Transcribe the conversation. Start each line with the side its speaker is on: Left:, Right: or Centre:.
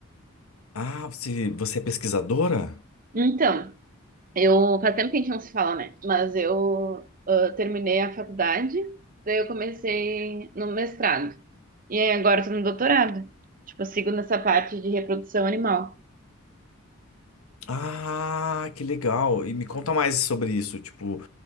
Left: Ah, você, você é pesquisadora?
Right: Então, eu faz tempo que a gente não se fala, né? Mas eu ah, terminei a faculdade, daí eu comecei no mestrado. E aí agora eu tô no doutorado. Tipo, eu sigo nessa parte de reprodução animal.
Left: Ah, que legal. E me conta mais sobre isso. Tipo,